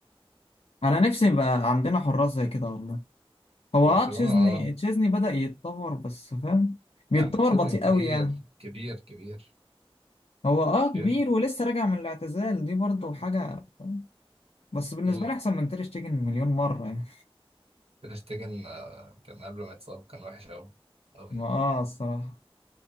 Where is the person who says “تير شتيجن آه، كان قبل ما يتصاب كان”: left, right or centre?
Right